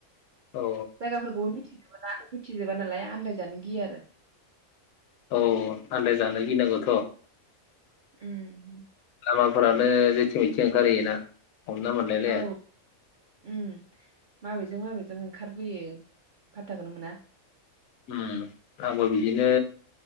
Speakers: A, on the left; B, on the right.
A: औ
B: जायगाफोरखौबो मिथि मि ना मिथिजोबा नालाय आन्दायजानो गिया आरो।
A: औ आन्दाय जानो गिनांगौथ'
B: उम
A: लामाफोरानो जेथिं मेथिं ओंखारहैयोना हमना मोनलायलाया
B: औ उम माबेजों माबेजों ओंखारबोयो फातताखौनो मोना।
A: उम आंबो बिदिनो